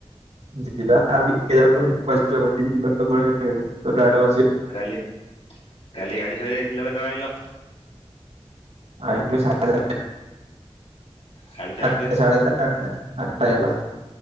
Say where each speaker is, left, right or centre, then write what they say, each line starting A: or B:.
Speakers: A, on the right; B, on the left.
A: ଯିବାିକେ ଯିବା ତୋଟ ଆସିବ <unintelligible>
B: କାଲି କାଲି ଗାଡ଼ି ସାଡ଼ି ଯାଇଥିଲ କେତେବେଳେ ଆଇଲ?
A: <unintelligible>
B: ସାଢେ ସାତେ
A: ଆଠଟା ସା଼ ଚାର ଆଠଟା ଆଠଟା ହେଲା।